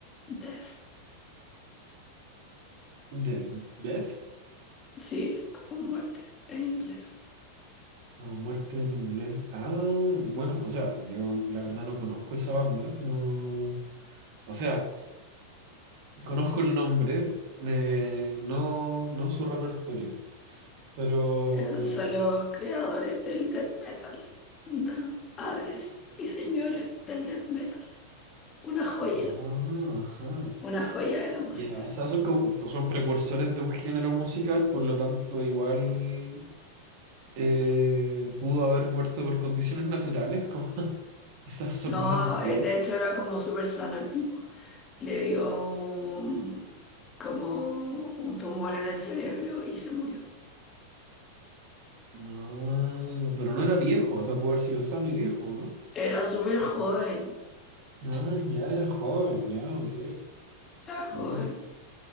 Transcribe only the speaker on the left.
Death,
sí, como muerte en inglés.
Eh, son los creadores del death metal, ¿no? Padres y señores del death metal. Una joya,
una joya de la música.
No,
eh, de hecho era como súper sano el tipo. Le dio un- como un tumor en el cerebro y se murió.
Era súper joven,
era joven,